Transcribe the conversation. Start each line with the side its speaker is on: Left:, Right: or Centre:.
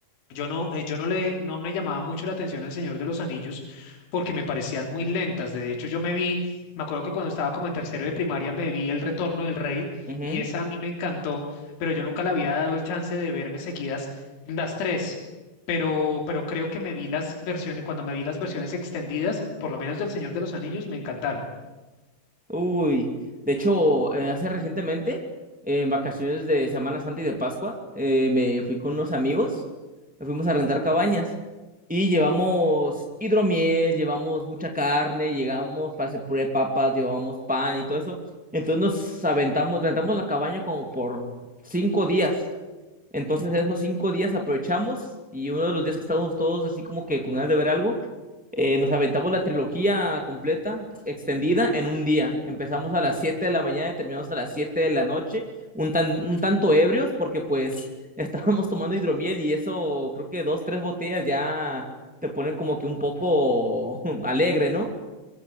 Left: Yo no, eh, yo no le, no me llamaba mucho la atención El Señor de los Anillos porque me parecían muy lentas. De hecho, yo me vi, me acuerdo que cuando estaba como en tercero de primaria me vi El Retorno del Rey
Centre: Ujú.
Left: y esa a mí me encantó, pero yo nunca le había dado el chance de verme seguidas las tres. Pero, pero creo que me vi las versiones, cuando me vi las versiones extendidas, por lo menos del Señor de los Anillos, me encantaron.
Centre: Uy, de hecho, eh, hace recientemente, eh, en vacaciones de Semana Santa y de Pascua, eh, me fui con unos amigos, nos fuimos a rentar cabañas y llevamos hidromiel, llevamos mucha carne, llegamos para hacer puré de papas, llevamos pan y todo eso. Entonces nos aventamos, rentamos la cabaña como por cinco días. Entonces esos cinco días aprovechamos y uno de los días que estábamos todos así como que con ganas de ver algo, eh, nos aventamos la trilogía completa, extendida, en un día. Empezamos a las 7 de la mañana y terminamos a las 7 de la noche, un, tan, un tanto ebrios porque pues <laughs> estábamos tomando hidromiel y eso creo que dos, tres botellas ya te ponen como que un poco <laughs> alegre, ¿no?